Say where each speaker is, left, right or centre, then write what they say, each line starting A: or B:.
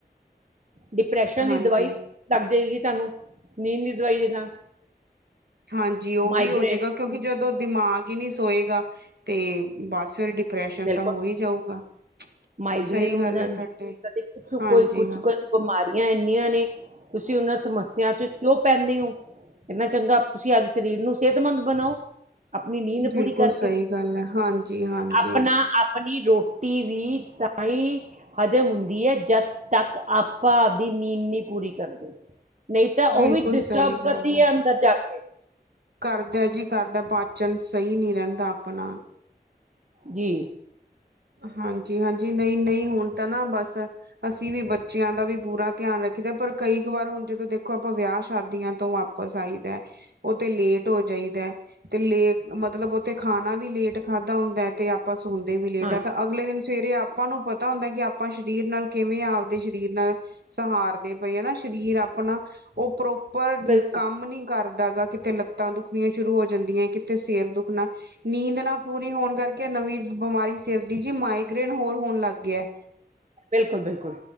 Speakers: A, on the right; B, on the right.
A: ਡਿਪਰੈਸ਼ਨ
B: ਹਾਂਜੀ
A: ਦੀ ਦਵਾਈ ਲੱਗ ਜਾਵੇਗੀ, ਤੁਹਾਨੂੰ ਨੀਂਦ ਦੀ ਦਵਾਈ ਦੇ ਨਾਲ
B: ਹਾਂਜੀ ਉਹ
A: ਮਾਈਗ੍ਰੇਨ
B: ਵੀ ਹੋ ਜਾਏਗਾ ਕਿਉਂਕਿ ਜਦੋਂ ਦਿਮਾਗ ਹੀ ਨਹੀ ਸੋਏਗਾ, ਤੇ ਬਸ ਫੇਿਰ ਡਿਪਰੈਸ਼ਨ
A: ਬਿਲਕੁਲ
B: ਤਾਂ ਹੋ ਹੀ ਜਾਊਗਾ।
A: ਮਾਈਗ੍ਰੇਨ
B: ਸਹੀ
A: ਹੋ
B: ਗੱਲ
A: ਜਾਂਦੀ
B: ਤੁਹਾਡੇ
A: ਹੈ ਕਦੇ ਕੁਛ,
B: ਹਾਂਜੀ
A: ਕੋਈ ਕੁਛ
B: ਹਾਂ
A: ਕਦੇ ਬਿਮਾਰੀਆਂ ਇੰਨੀਆਂ ਨੇ ਤੁਸੀਂ ਉਹਨਾਂ ਸਮੱਸਿਆ ਚ ਕਿਉਂ ਪਹਿਨਦੇ ਹੋ। ਇੰਨਾ ਚੰਗਾ ਤੁਸੀਂ ਅੱਜ ਸਰੀਰ ਨੂੰ ਸਿਹਤਮੰਦ ਬਣਾਓ। ਆਪਣੀ ਨੀਂਦ ਪੂਰੀ
B: ਬਿਲਕੁਲ
A: ਕਰਕੇ
B: ਸਹੀ ਗੱਲ ਹੈ ਹਾਂਜੀ। ਹਾਂਜੀ
A: ਆਪਣਾ ਆਪਣੀ ਰੋਟੀ ਵੀ ਤਾਂਹੀ ਹਜਮ ਹੁੰਦੀ ਹੈ ਜਦ ਤੱਕ ਆਪਾਂ ਆਪਦੀ ਨੀਂਦ ਨਹੀਂ ਪੂਰੀ ਕਰਦੇ। ਨਹੀਂ ਤਾਂ ਉਹ
B: ਬਿਲਕੁਲ
A: ਵੀ ਡਿਸਟਰਬ
B: ਸਹੀ
A: ਕਰਦੀ
B: ਗੱਲ
A: ਹੈ ਅੰਦਰ ਜਾ ਕੇ।
B: ਕਰਦਾ ਜੀ ਕਰਦਾ ਪਾਚਨ ਸਹੀ ਨਹੀ ਰਹਿੰਦਾ ਆਪਣਾ।
A: ਜੀ।
B: ਹਾਂਜੀ-ਹਾਂਜੀ, ਨਹੀਂ-ਨਹੀਂ ਹੁਣ ਤਾਂ ਨਾ ਬਸ ਅਸੀਂ ਵੀ ਬੱਚਿਆਂ ਦਾ ਵੀ ਪੂਰਾ ਧਿਆਨ ਰੱਖੀਦਾ ਪਰ ਕਈ ਕ ਵਾਰ ਹੁਣ ਜਦੋਂ ਦੇਖੋ ਆਪਾਂ ਵਿਆਹ ਸ਼ਾਦੀਆਂ ਤੋਂ ਵਾਪਸ ਆਈਦਾ ਉਹ ਤੇ ਲੇਟ ਹੋ ਜਾਈਦਾ। ਤੇ ਲੇ ਮਤਲਬ ਉੱਥੇ ਖਾਣਾ ਵੀ ਲੇਟ ਖਾਧਾ ਹੁੰਦਾ ਤੇ ਆਪਾਂ ਸੁਣਦੇ ਵੀ ਲੇਟ
A: ਹਾਂ
B: ਤਾਂ ਅਗਲੇ ਦਿਨ ਸਵੇਰੇ ਆਪਾਂ ਨੂੰ ਪਤਾ ਹੁੰਦਾ ਕਿ ਆਪਾਂ ਸਰੀਰ ਨਾਲ ਕਿਵੇਂ ਆਪਦੇ ਸਰੀਰ ਨਾਲ ਸਹਾਰਦੇ ਪਏ ਹੈ ਨਾ ਸਰੀਰ ਆਪਣਾ ਉਹ ਪ੍ਰੋਪਰ
A: ਬਿਲਕੁਲ,
B: ਕੰਮ ਨੀ ਕਰਦਾ ਗਾ ਕਿਤੇ ਲੱਤਾਂ ਦੁਖਣੀਆਂ ਸ਼ੁਰੂ ਹੋ ਜਾਂਦੀਆਂ ਕਿਤੇ ਸਰ ਦੁੱਖਣਾ। ਨੀਂਦ ਨਾ ਪੂਰੀ ਹੋਣ ਕਰਕੇ ਨਵੀਂ ਬਿਮਾਰੀ ਸਿਰਦੀ ਜੀ ਮਾਈਗ੍ਰੇਨ ਹੋਰ ਹੋਣ ਲੱਗ ਗਿਆ।
A: ਬਿਲਕੁਲ ਬਿਲਕੁਲ